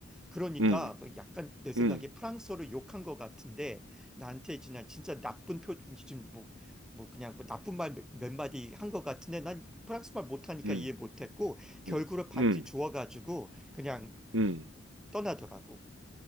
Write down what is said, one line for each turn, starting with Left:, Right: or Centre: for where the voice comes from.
Centre: 그러니까
Right: 응, 응,
Centre: 뭐 약간 내 생각에
Right: 응,
Centre: 프랑스어를 욕한 것 같은데 나한테 그냥 진짜 나쁜 표 지금 뭐, 뭐 그냥 뭐 나쁜 말 몇 마디 한 것 같은데 난 프랑스 말 못하니까
Right: 응,
Centre: 이해 못했고 결국은
Right: 응,
Centre: 반지
Right: 응,
Centre: 주워가지고 그냥
Right: 응.
Centre: 떠나더라고.